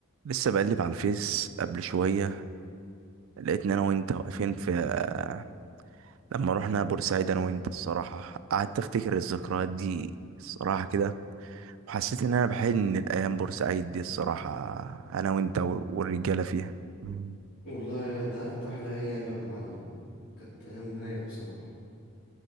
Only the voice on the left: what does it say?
والله يا- ده كانت أحلى أيام يا معلم كانت أيام رايقة بصراحة